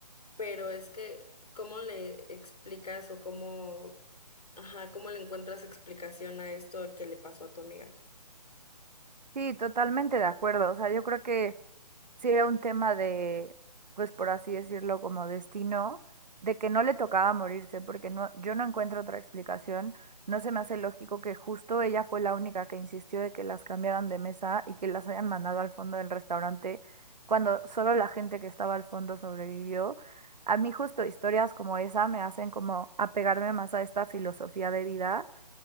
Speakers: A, on the left (about 65°); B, on the right (about 80°).
A: pero es que ¿cómo le explicas o cómo, ajá, cómo le encuentras explicación a esto que le pasó a tu amiga?
B: Sí, totalmente de acuerdo. O sea, yo creo que sí era un tema de, pues por así decirlo, como destino, de que no le tocaba morirse, porque no, yo no encuentro otra explicación. No se me hace lógico que justo ella fue la única que insistió de que las cambiaran de mesa y que las hayan mandado al fondo del restaurante, cuando solo la gente que estaba al fondo sobrevivió. A mí justo historias como esa me hacen como apegarme más a esta filosofía de vida